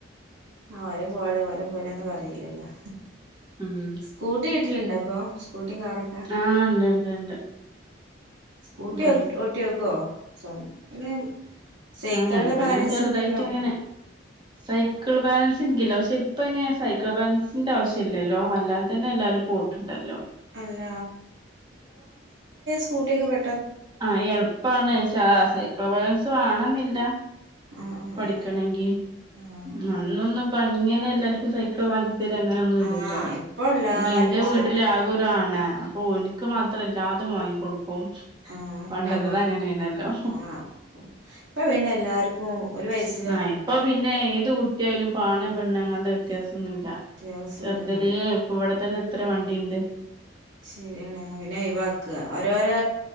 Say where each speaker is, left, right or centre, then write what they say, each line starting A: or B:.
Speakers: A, on the right; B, on the right.
A: ആ ഓരെ പോലെ ഓലെ പോലന്നന്ന് പറലല്ലോ
B: ഉം
A: സ്കൂട്ടി കിട്ടലുണ്ടോ അപ്പൊ സ്കൂട്ടിയ കാറൊക്കെ
B: ആഹ് ഇണ്ട് ഇണ്ട് ഇണ്ട്
A: സ്കൂട്ടി
B: ഉം
A: ഓട്ടി വോക്കോ <unintelligible> പിന്നെ സൈക്കിളിന്റെ
B: ആഹ് ഇപ്പ
A: ബാലൻസ്
B: ഇങ്ങനെ ചെറുതായിട്ട്
A: ഉണ്ടെങ്കിലോ.
B: ഇങ്ങനെ സൈക്കിൾ ബാലൻസ് എനിക്കില്ല, പക്ഷെ ഇപ്പൊ ഇനി സൈക്കിൾ ബാലൻസിന്റെ ആവശ്യം ഇല്ലല്ലോ അല്ലാതെ തന്നെ എല്ലാരും. പോയിട്ടുണ്ടല്ലോ
A: അല്ല സ്കൂട്ട് ഒക്കെ പെ
B: ആഹ് എളുപ്പാണ് സെ സൈക്കിൾ ബാലൻസ് വേണമെന്നില്ല
A: ആഹ് ആഹ്
B: പഠിക്കണമെങ്കിൽ
A: ആഹ്
B: അന്നൊന്നും. ഇപ്പൊ അങ്ങനെ എല്ലാവർക്കും സൈക്കിൾ വാങ്ങി. തരു അങ്ങനെ ഒന്നുമില്ലാട്ടോ
A: ആഹ് ആഹ് ഇപ്പൊ എല്ലാർക്കും
B: അപ്പൊ എന്റെ
A: സൈക്കിളാ
B: വീട്ടില് ആകെ ഒരു ആണ്. ഓനിക്ക് മാത്രമല്ലാതെ വാങ്ങി കൊടുക്കും.
A: ആഹ്
B: പണ്ടത്തത്
A: ഞമ്മുക്ക്
B: അങ്ങനെയാണല്ലോ
A: ആ ഇപ്പൊ പിന്നെ എല്ലാർക്കും ഒരു വയസ്സ്.
B: ആ ഇപ്പൊ പിന്നെ ഏത് കുട്ടിയാലും ആണ്
A: ഉം
B: പെണ്ണ് അങ്ങനത്തെ വ്യത്യാസം ഒന്നുമില്ല
A: വ്യത്യാസൊന്നുല്ല
B: ചെറുതിലെ. ഇവിടെ തന്നെ എത്ര വണ്ടിയുണ്ട്.
A: ശരിയാണ് അവനെ ഒഴിവാക്കുക ഓരോരു